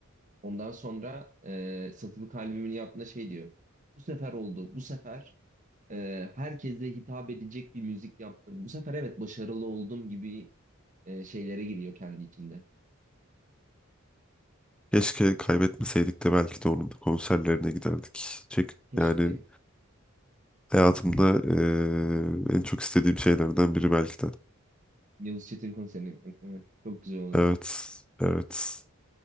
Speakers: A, on the right; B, in the centre.
A: Ondan sonra e, satılık albümünü yaptığında şey diyor. Bu sefer oldu. Bu sefer e, herkese hitap edecek bir müzik yaptım. Bu sefer evet başarılı oldum gibi e, şeylere giriyor kendi içinde.
B: Keşke kaybetmeseydik de belki de onun konserlerine giderdik. Çek,
A: Keşke.
B: yani hayatımda e, en çok istediğim şeylerden biri belki de.
A: Yavuz Çetin konserini gitmek değil mi? çok güzel olurdu.
B: Evet. Evet.